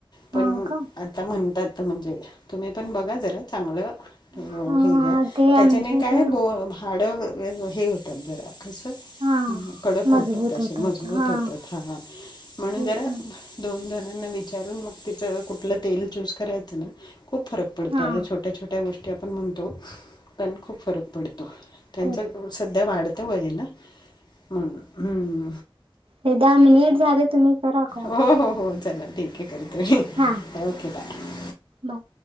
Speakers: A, on the right; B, on the left.
A: हा
B: पण
A: का
B: आ ता म्हणतात म्हणजे तुम्ही पण बघा जरा चांगलं अह
A: हा
B: हे घ्या
A: ते आमच्या
B: त्याच्याने
A: इथं
B: काय ब हाडं हे होतात जरा कस
A: हा
B: <unintelligible> कडक
A: मजबूत
B: होतात असे
A: होतात
B: मजबूत
A: हा
B: होतात हा म्हणून
A: तेच
B: जरा
A: ना
B: दोन जणांना विचारून मग तिचं कुठलं तेल चूज करायचं ना, खूप फरक पडतो,
A: हा
B: ह्या छोट्या छोट्या गोष्टी आपण म्हणतो पण खूप फरक पडतो. त्यांचा
A: तेच
B: ग्रो सध्या वाढत वय ना? हं, ‌हं.
A: हे दहा मिनिट झाले, तुम्ही करा. कॉल
B: हो, हो, हो, चला ठीक आहे करते,
A: हा
B: ओके बाय.
A: बाय.